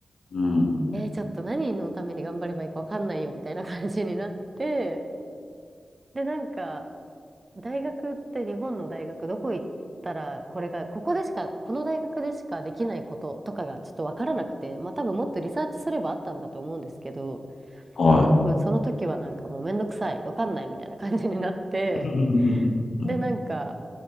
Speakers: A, on the left (about 85°); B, on the right (about 30°).
A: うん。
B: えー、ちょっと何のために頑張ればいいかわかんないよ、みたいな感じになって、で、なんか、大学って日本の大学どこ行ったら、これが、ここでしか、この大学でしかできないこととかがちょっとわからなくて、まあ多分もっとリサーチすればあったんだと思うんですけど、
A: はい。
B: 多分その時はなんかもうめんどくさい、わかんないみたいな感じになって、
A: <laughs>
B: で、なんか、